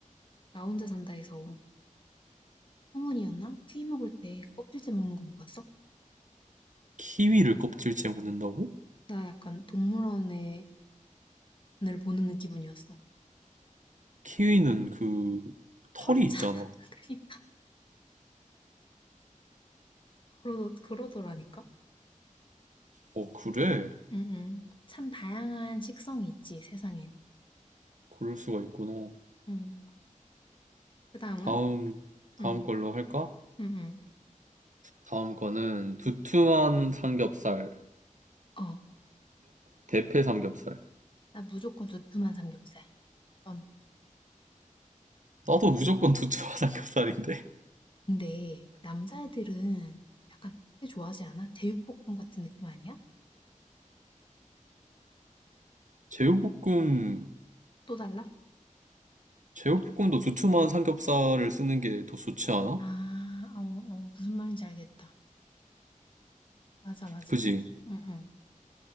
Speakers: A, on the left; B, on the right.
A: 나 혼자 산다에서 성훈이었나? 퀴 먹을 때 껍질째 먹는 거 못 봤어?
B: 키위를 껍질째 먹는다고?
A: 나 약간 동물원을 보는 기분이었어.
B: 키위는 그, 털이
A: 털 있잖아.
B: 있잖아.
A: <laughs> 그러니까 그러 그러더라니까.
B: 어, 그래?
A: 응응. 참 다양한 식성이 있지 세상엔.
B: 그럴 수가 있구나.
A: 응. 그 다음은
B: 다음, 다음
A: 응.
B: 걸로 할까?
A: 응응.
B: 다음 거는 두툼한 삼겹살에
A: 어.
B: 대패 삼겹살.
A: 나 무조건 두툼한 삼겹살. 넌.
B: 나도 무조건 두툼한 <laughs> 삼겹살인데.
A: 근데 남자애들은 약간 회 좋아하지 않아? 제육볶음 같은 느낌 아니야?
B: 제육볶음도,
A: 또 달라?
B: 제육볶음도 두툼한 삼겹살을 쓰는 게 더 좋지 않아?
A: 아, 어, 어, 무슨 말인지 알겠다. 맞아, 맞아.
B: 그지?
A: 응응.